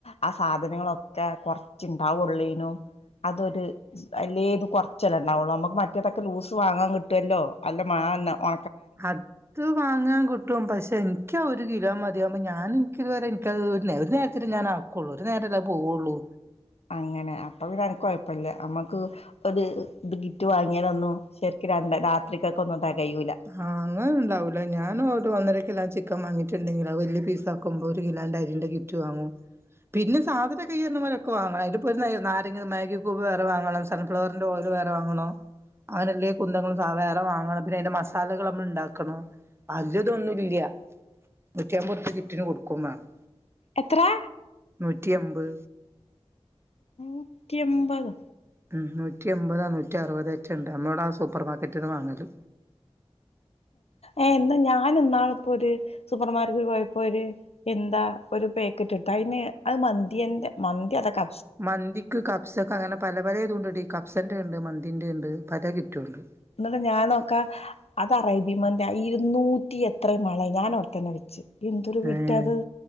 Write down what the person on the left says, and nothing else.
ആ സാധനങ്ങളൊക്കെ കൊറച്ച്ണ്ടാവൊള്ളേനു അതൊര് അല്ലേത് കൊറച്ചല്ലേ ഇണ്ടാവൊള്ളു നമുക്ക് മറ്റേതൊക്കെ ലൂസ് വാങ്ങാൻ കിട്ടല്ലോ അല്ല മാ ല്ല ഒ
അങ്ങനെ അപ്പം പിന്നെ അനക്ക് കൊഴപ്പല്ല അമ്മക്ക് ഒര് ഇത് കിറ്റ് വാങ്ങിയാലൊന്നും ശെരിക്കും രണ്ട രാത്രിക്കൊക്കെ ഇടാൻ കയൂല്ല.
എത്രാ
നൂറ്റി എമ്പതൊ
ഏഹ് ഇന്നാ ഞാന് ഇന്നാള്പ്പൊര് സൂപ്പർമാർക്കറ്റിൽ പോയപ്പോ ഒര് എന്താ ഒരു പേക്കറ്റ്ട്ട് അയിന് അത് മന്തിന്റെ മന്തി അതൊ ക
എന്നട്ട് ഞാനൊക്കാ അതറേബ്യൻ മാന്തിയ ഇരുന്നൂറ്റി എത്രയാ മാളെ ഞാൻ അവടെ തന്നെ വെച്ച് എന്തൊരു
വിറ്റാത്